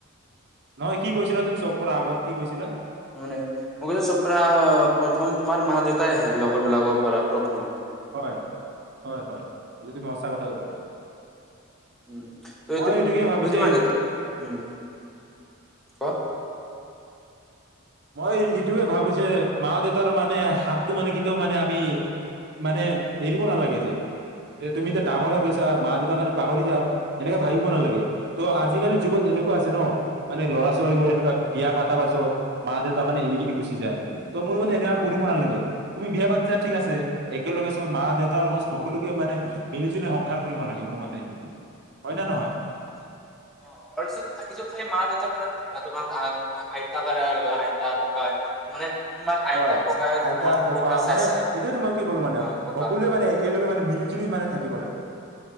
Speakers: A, on the right; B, in the centre.
A: নহয় কি কৈছিলা তুমি চব পৰা আগত কি কৈছিলা।
B: মানে মই কৈছো চপ্ৰা প্ৰথম তোমাৰ মা দেউতাই আহে লগৰবিলাকৰ পৰা প্ৰথমে
A: হয়, হয়, হয় এইটো তুমি সঁচা কথা কৈছা।
B: <unintelligible>
A: মই এইটোকে ভাবো যে মই এইটয়ে ভাবো যে মা দেউতাৰ মানে হাতটো মানে কেতিয়াও মানে আমি মানে এৰিব নালাগে যে যে তুমি এতিয়া ডাঙৰ হৈ গৈছা মা দেউতাৰ কাৰণে পাহৰি যাম এনেককাে ভাবিব নালাগে ত' আজিকালিৰ যুগত এনেকুৱা আছে ন মানে লৰা ছোৱালীবোৰ এনেকুৱা বিয়া পতা পাছত মা দেউতা এৰি কিননে গুচি যায় মোৰ ম এনেকুৱা কৰিব নালাগে। তুমি বিয়া পাতিছা ঠিক আছে। একেলগে চব মা দেউতাৰ লগত সকলোকে মানে, মিলি জুলি সংসাৰ কৰিব লাগে মোৰ মতে। হয়! নে নহয়?
B: <unintelligible> আইতা
A: হয়!
B: ককাই
A: আইতা
B: তোমাক সৰুৰ
A: ককা
B: পৰা চাইছা
A: মানে, এইটোয়তো মই কি ক'লো মানে,
B: অ', ককা
A: সকলোৱে মানে একেলগে মানে মিলি জুলি মানে থাকিব লাগে।